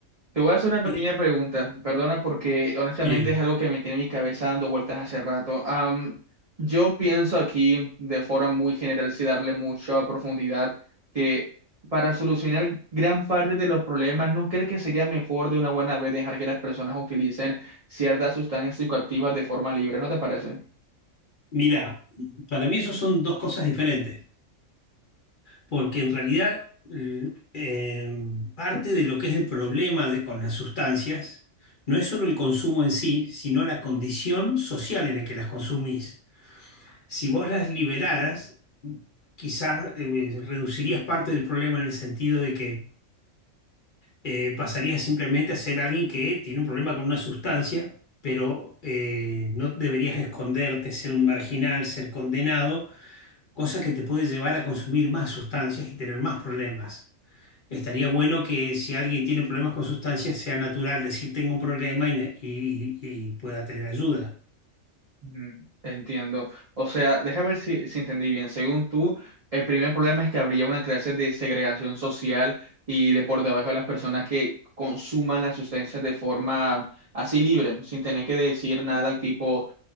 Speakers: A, on the right (about 35°); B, on the left (about 45°).
A: Te voy a hacer una pequeña
B: Sí.
A: pregunta, perdona porque honestamente
B: Sí.
A: es algo que me tiene mi cabeza dando vueltas hace rato. Am, yo pienso aquí de forma muy general, sin darle mucha profundidad, que para solucionar gran parte de los problemas, ¿no crees que sería mejor de una buena vez dejar que las personas utilicen ciertas sustancias psicoactivas de forma libre? ¿No te parece?
B: Mira, para mí eso son dos cosas diferentes, porque en realidad l- eh, em, parte de lo que es el problema de- con las sustancias no es solo el consumo en sí, sino la condición social en la que las consumís. Si vos las liberaras, quizás eh, reducirías parte del problema en el sentido de que eh, pasarías simplemente a ser alguien que tiene un problema con una sustancia, pero eh, no deberías esconderte, ser un marginal, ser condenado cosa que te puede llevar a consumir más sustancias y tener más problemas. Estaría bueno que si alguien tiene problemas con sustancias sea natural decir tengo un problema y, ne- y- y pueda tener ayuda.
A: Mm, Entiendo. O sea, déjame ver si, si entendí bien. Según tú, el primer problema es que habría una clase de segregación social y de por debajo de las personas que consuman las sustancias de forma así libre, sin tener que decir nada tipo,